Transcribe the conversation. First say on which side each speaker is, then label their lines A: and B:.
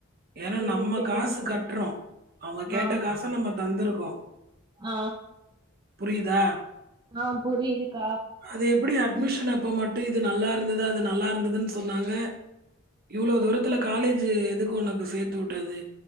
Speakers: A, on the right; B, on the right.
A: ஏனா
B: சேரி
A: நம்ம
B: சேரிங்கக்கா
A: காசு கட்றோ அவுங்க கேட்ட
B: ஆ
A: காச நம்ம தந்துருக்கோ
B: ஆ
A: புரியிதா
B: ஆ புரியுதுக்கா
A: அது எப்டி அட்மிஷனப்ப மட்டு இது நல்லாருந்தது அது நல்லாருந்ததுன் சொன்னாங்க இவ்ளோ தூரத்துல காலேஜி எதுக்கு ஒனக்கு சேத்து உட்டது